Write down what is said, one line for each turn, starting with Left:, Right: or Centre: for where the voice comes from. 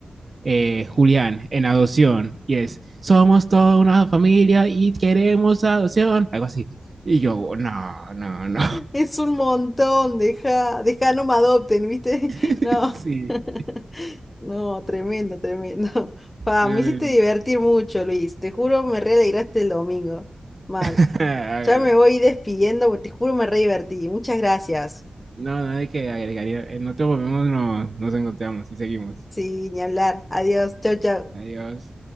Right: eh, Julián en adopción y es, somos toda una familia y queremos adopción, algo así. Y yo, no, no, no.
Left: Es un montón, deja, deja, no me adopten, ¿viste?
Right: <laughs>
Left: <laughs> No,
Right: sí,
Left: <laughs> no, tremendo, tremendo. <laughs> Pa,
Right: tremendo.
Left: me hiciste divertir mucho, Luis. Te juro, me re alegraste el domingo. Mal.
Right: <laughs> Hágale.
Left: Ya me voy despidiendo, porque te juro, me re divertí. Muchas gracias.
Right: No, no hay que agregaría. En otro momento nos, nos encontramos y seguimos.
Left: Sí, ni hablar. Adiós. Chau, chau.
Right: Adiós.